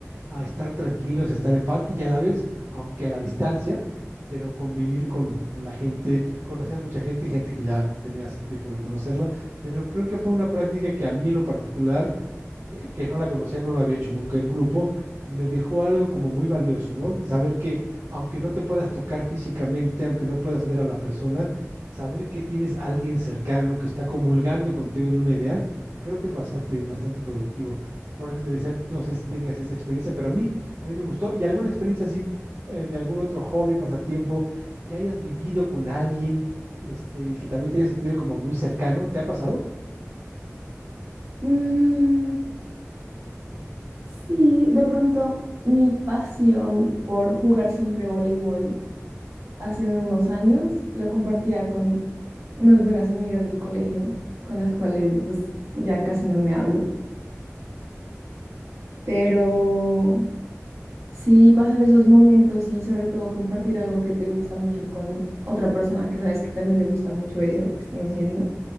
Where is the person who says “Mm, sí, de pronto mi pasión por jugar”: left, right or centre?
Right